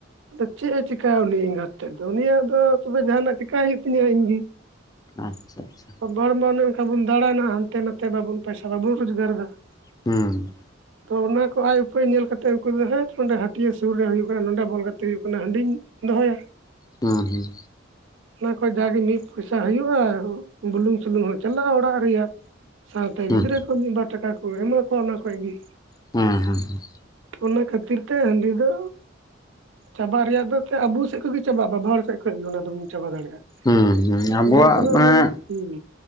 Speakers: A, on the right (about 70°); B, on the left (about 20°).
A: ᱪᱮᱫ ᱮ ᱪᱤᱠᱟᱭᱟ᱾ ᱪᱤᱠᱟ ᱩᱱᱤ ᱮᱸᱜᱟᱛ ᱛᱮᱫ ᱫᱚ ᱩᱱᱤᱭᱟᱜ ᱫᱚ ᱛᱚᱵᱮ ᱡᱟᱦᱟᱱᱟᱜ ᱪᱤᱠᱮᱟᱭ ᱦᱩᱭᱩᱜ ᱛᱤᱧᱟᱹ ᱤᱧᱜᱮ
B: ᱟᱪᱪᱷᱟ ᱟᱪᱪᱷᱟ
A: ᱵᱟᱵᱟ ᱦᱚᱲ ᱚᱱᱮ ᱚᱱᱠᱟ ᱵᱚᱱ ᱫᱟᱬᱟᱱᱟ ᱦᱟᱱᱛᱮ ᱱᱟᱛᱮ ᱵᱟᱵᱚᱱ ᱯᱚᱭᱥᱟ ᱵᱟᱵᱚᱱ ᱨᱳᱡᱽᱜᱟᱨ ᱮᱫᱟ᱾
B: ᱦᱩᱸ
A: <unintelligible> ᱛᱚ ᱚᱱᱟ ᱠᱚ ᱟᱡ ᱩᱯᱟᱹᱭ ᱧᱮᱞ ᱠᱟᱛᱮᱫ ᱩᱱᱠᱩ ᱫᱚ ᱦᱮᱸᱴ ᱱᱚᱸᱰᱮ ᱦᱟᱹᱴᱤᱭᱟᱹᱟᱹ ᱥᱩᱨ ᱨᱮ ᱦᱩᱭᱩᱜ ᱠᱟᱱᱟ ᱱᱚᱰᱮ ᱵᱚᱞ ᱜᱟᱛᱮ ᱦᱩᱭᱩᱜ ᱠᱟᱱᱟ ᱦᱟᱺᱰᱤ ᱫᱚᱦᱚᱭᱟ᱾
B: ᱦᱩᱸ ᱦᱩᱸ
A: <unintelligible> ᱚᱱᱟ ᱠᱷᱚᱡ ᱡᱟᱜᱮ ᱢᱤᱫ ᱯᱚᱭᱥᱟ ᱦᱩᱭᱩᱜᱼᱟ, ᱵᱩᱞᱩᱝ ᱥᱩᱱᱩᱝ ᱦᱚᱸ ᱪᱟᱞᱟᱜᱼᱟ ᱚᱲᱟᱜ ᱨᱮᱭᱟᱜ ᱥᱟᱶᱛᱮ
B: ᱦᱩᱸ
A: ᱜᱤᱫᱽᱨᱟᱹ ᱠᱚ ᱢᱤᱫᱵᱟᱨ ᱴᱟᱠᱟ ᱠᱚ ᱮᱢᱟ ᱠᱚᱣᱟ ᱚᱱᱟ ᱠᱷᱚᱡ ᱜᱮ᱾
B: ᱦᱩᱸ ᱦᱩᱸ ᱦᱩᱸ
A: ᱚᱱᱟ ᱠᱷᱟᱹᱛᱤᱨ ᱛᱮ ᱦᱟᱺᱰᱤ ᱫᱚ ᱪᱟᱵᱟᱜ ᱨᱮᱭᱟᱜ ᱫᱚ ᱟᱵᱚ ᱥᱮᱫ ᱠᱷᱚᱡ ᱜᱮ ᱪᱟᱵᱟᱜᱼᱟ ᱵᱟᱵᱟ ᱦᱚᱲ ᱥᱮᱫ ᱠᱷᱚᱡ ᱜᱮ ᱚᱱᱟ ᱫᱚᱵᱚᱱ ᱪᱟᱵᱟ ᱫᱟᱲᱮᱭᱟᱜᱼᱟ᱾
B: ᱦᱮᱸ ᱦᱮᱸ
A: ᱜᱚᱜᱚ
B: ᱟᱵᱚᱣᱟᱜ
A: ᱦᱚᱲ ᱫᱚ ᱦᱟᱸᱜ
B: ᱢᱟᱱᱮ
A: ᱚᱱᱟ ᱦᱩᱸ